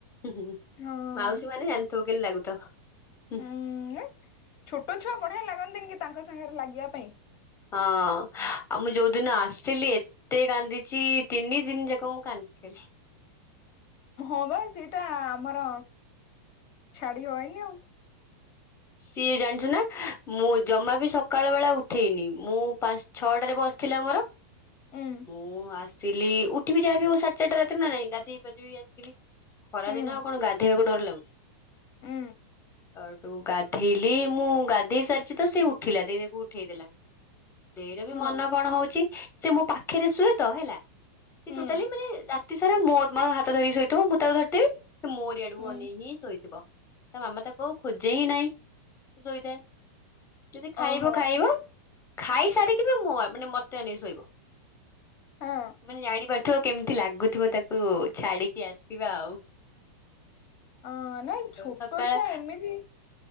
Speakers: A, on the left (about 25°); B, on the left (about 45°).
A: ହୁଁ ହୁଁ
B: ହଁ
A: ମାଉସୀ ମାନେ ଜାଣିଥିବ କେମିତି ଲାଗୁଥିବ? ହଁ
B: ଉଁ ଛୋଟ ଛୁଆ ବଢ଼ିଆ ଲାଗନ୍ତିନି କି ତାଙ୍କ ସାଙ୍ଗରେ ଲାଗିବା ପାଇଁ।
A: ହଁ ଆଉ ମୁଁ ଯୋଉଦିନ ଆସିଥିଲି ଏ ତେ କାନ୍ଦିଛି ତିନି ଜିନ ଜାକ ମୁଁ କାନ୍ଦିଛି ଖାଲି।
B: ହଁ ବା ସେଇଟା ଆମର ଛାଡ଼ି ହଏନି ଆଉ।
A: ସିଏ ଜାଣିଛୁ ନା ମୁଁ ଜମା ବି ସକାଳ ବେଳା ଉଠେନି ମୁଁ ପାଞ୍ଚ ଛଅଟାରେ ବଶ୍ ଥିଲା ମୋର।
B: ଉଁ
A: ମୁଁ ଆସିଲି ଉଠିବି ଯାହାବିହଉ ସାଢ଼େ ଚାରିଟା ରାତିରୁ ନା ନାଇଁ ଗାଧେଇ ପାଧିବି ଆସିବି। ଖରା
B: ହୁଁ
A: ଦିନ ଆଉ କଣ ଗାଧେଇବାକୁ ଡର ଲାଗୁଛି।
B: ଉଁ।
A: ଆର ତୁ ଗାଧେଇଲି ମୁଁ ଗାଧେଇ ସାରିଛି ତ ସେ ଉଠିଲା ଦେଇ ତାକୁ ଉଠେଇ ଦେଲା। ଦେଇର ବି
B: ହଁ
A: ମନ କଣ ହଉଛି ସେ ମୋ ପାଖରେ ଶୁଏତ ହେଲା ସେ
B: ହୁଁ
A: ଟୋଟାଲି ମାନେ ରା ତି ସାରା ମୋ ମହାତ ଧରିକି ଶୋଇଥିବ ମୁଁ ତାକୁ ଧରିଥିବି ସେ ମୋରିଆଡ଼କୁ
B: ହୁଁ
A: ଅନେଇକି ହିଁ ଶୋଇଥିବ। ତା ମାମା ତାକୁ ଆଉ ଖୋଜେ ହିଁ ନାଇଁ। ଶୋଇଥାଏ ଯଦି ଖାଇବ
B: ଓହୋ
A: ଖାଇବ। ଖାଇସାରିକି ବି ମୁଁ ମାନେ ମତେ ଆନେଇକି ଶୋଇବ।
B: ହଁ
A: ମାନେ ଜାଣିପାରୁଥିବ କେମିତି ଲାଗୁଥିବ ତାକୁ ଛାଡିକି ଆସିବା ଆଉ।
B: ଅଁ ନାଇଁ ଛୋଟ
A: ସକାଳ
B: ଛୁଆ ଏମିତି